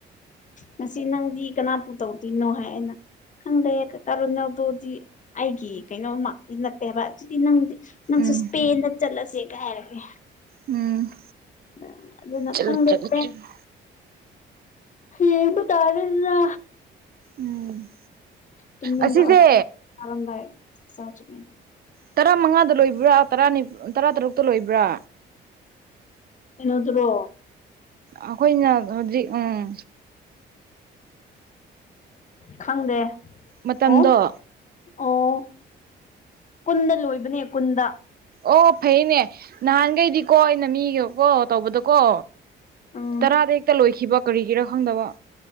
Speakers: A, on the left; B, on the right.
A: ꯉꯁꯤ ꯅꯪꯗꯤ ꯀꯅꯥꯄꯨ ꯇꯧꯗꯨꯏꯅꯣ ꯍꯥꯏ ꯑꯩꯅ ꯈꯪꯗꯦ ꯀꯥꯀꯥ ꯑꯔꯨꯟ ꯑꯗꯨꯗꯤ ꯑꯩꯒꯤ ꯀꯩꯅꯣꯃꯛꯇꯤ ꯅꯠꯇꯦꯕ ꯑꯗꯨꯗꯤ ꯅꯪꯗꯤ ꯅꯪꯁꯨ
B: ꯎꯝ
A: ꯏꯁ꯭ꯄꯦꯟꯗ ꯆꯠꯂꯁꯦꯒ ꯍꯥꯏꯔꯛꯑꯦ
B: ꯎꯝ
A: ꯑ ꯑꯗꯨꯅ
B: ꯆꯠꯂꯨ
A: ꯈꯪꯗꯦ
B: ꯆꯠꯂꯨ
A: ꯄꯦꯟ
B: ꯆꯠꯂꯨ
A: ꯌꯦꯡꯕ ꯇꯥꯔꯦꯗꯅ
B: ꯎꯝ
A: ꯇꯨꯝꯅꯤꯡꯕ
B: ꯑꯁꯤꯁꯦ
A: ꯍꯧꯔꯕ ꯆꯥꯔꯝꯗꯥꯏ ꯆꯥꯛꯆꯥꯗ꯭ꯔꯤꯉꯩꯗ
B: ꯇꯔꯥꯃꯉꯥꯗ ꯂꯣꯏꯕ꯭ꯔꯥ ꯇꯔꯥꯅꯤꯞ ꯑ ꯇꯔꯥꯇꯔꯨꯛꯇ ꯂꯣꯏꯕ꯭ꯔꯥ
A: ꯀꯩꯅꯣꯗꯨꯔꯣ
B: ꯑꯩꯈꯣꯏꯅ ꯍꯧꯖꯤꯛ ꯎꯝ
A: ꯈꯪꯗꯦ
B: ꯃꯇꯝꯗꯣ
A: ꯑꯣ ꯑꯣ ꯀꯨꯟꯗ ꯂꯣꯏꯕꯅꯦ ꯀꯨꯟꯗ
B: ꯑꯣ ꯐꯩꯌꯦꯅꯦ ꯅꯍꯥꯟꯒꯩꯗꯤꯀꯣ ꯑꯩꯅ ꯃꯤꯒꯀꯣ ꯇꯧꯕꯗꯀꯣ
A: ꯎꯝ
B: ꯇꯔꯥꯗ ꯍꯦꯛꯇ ꯂꯣꯏꯈꯤꯕ ꯀꯔꯤꯒꯤꯔꯥ ꯈꯪꯗꯕ